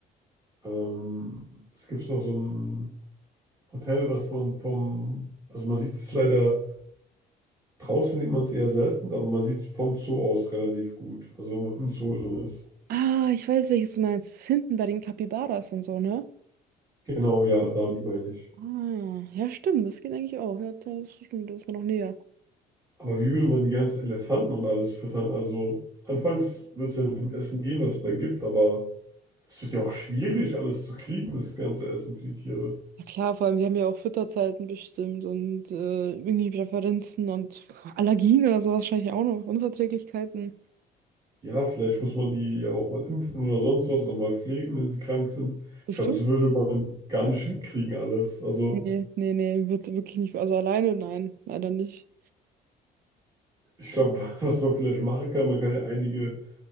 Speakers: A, on the right; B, on the right.
A: Ähm, es gibt noch so ein Hotel, was man vom, also man sieht es leider. Draußen sieht man es eher selten, aber man sieht es vom Zoo aus relativ gut. Also wenn man im Zoo drin ist.
B: Ah, ich weiß, welches du meinst. Das ist hinten bei den Capybaras und so, ne?
A: Genau, ja, da die meine ich.
B: Ah, ja, stimmt, das geht eigentlich auch. Ja, das stimmt, das ist mir noch näher.
A: Aber wie würde man die ganzen Elefanten und alles füttern? Also anfangs wird es ja mit dem Essen gehen, was es da gibt, aber es wird ja auch schwierig, alles zu kriegen, das ganze Essen für die Tiere.
B: Ja klar, vor allem, wir haben ja auch Fütterzeiten bestimmt und äh, irgendwie Präferenzen und Allergien oder so wahrscheinlich auch noch. Unverträglichkeiten.
A: Ja, vielleicht muss man die ja auch mal impfen oder sonst was oder mal pflegen, wenn sie krank sind.
B: bestimmt
A: Ich glaube, das würde man gar nicht hinkriegen alles. Also
B: Nee, nee, nee, wird wirklich nicht. Also alleine, nein, leider nicht.
A: ich glaube, <laughs> was man vielleicht machen kann, man kann ja einige